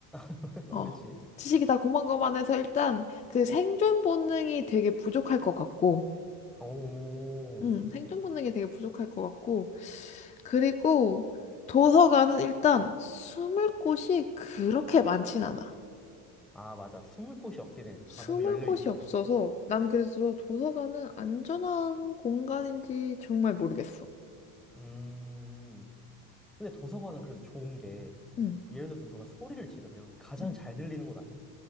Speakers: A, in the centre; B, on the left.
A: <laughs> 어,
B: 어.
A: 그치?
B: 지식이 다 고만고만해서 일단 그 생존 본능이 되게 부족할 것 같고,
A: 오,
B: 음, 생존 본능이 되게 부족할 것 같고. 그리고 도서관은 일단 숨을 곳이 그렇게 많진 않아.
A: 아, 맞아. 숨을 곳이 없긴 해.
B: 숨을
A: 다 너무 열려
B: 곳이
A: 있어.
B: 없어서 난 그래서 도서관은 안전한 공간인지 정말 모르겠어.
A: 음, 근데 도서관은 그래도 좋은 게,
B: 음,
A: 예를 들어서 누가 소리를 지르면 가장
B: 음,
A: 잘 들리는 곳 아니야?